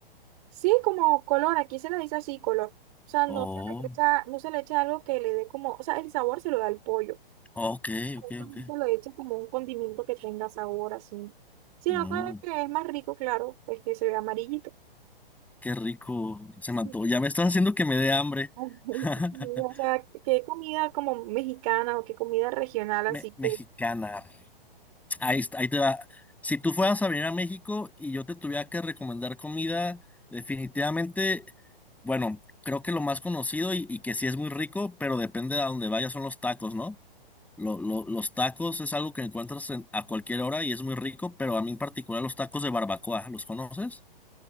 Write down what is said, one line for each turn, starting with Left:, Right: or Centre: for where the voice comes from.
Right: Sí, como color, aquí se le dice así, color. O sea, no
Centre: Oh.
Right: se le echa, no se le echa algo que le dé como, o sea, el sabor se lo da el pollo.
Centre: Ok, ok,
Right: Nunca
Centre: ok.
Right: lo he hecho como un condimento que tenga sabor así. Sino
Centre: Mm,
Right: como que es más rico, claro, pues que se ve amarillito.
Centre: qué rico. Se
Right: Sí.
Centre: mató. Ya me estás haciendo que me dé hambre.
Right: <laughs>
Centre: <laughs>
Right: O sea, qué comida como mexicana o qué comida regional así
Centre: Me- mexicana.
Right: que...
Centre: Ahí, está- ahí te va. Si tú fueras a venir a México y yo te tuviera que recomendar comida, definitivamente, bueno, creo que lo más conocido y, y que sí es muy rico, pero depende de a dónde vayas, son los tacos, ¿no? Lo- lo- los tacos es algo que encuentras en- a cualquier hora y es muy rico, pero a mí en particular los tacos de barbacoa, ¿los conoces?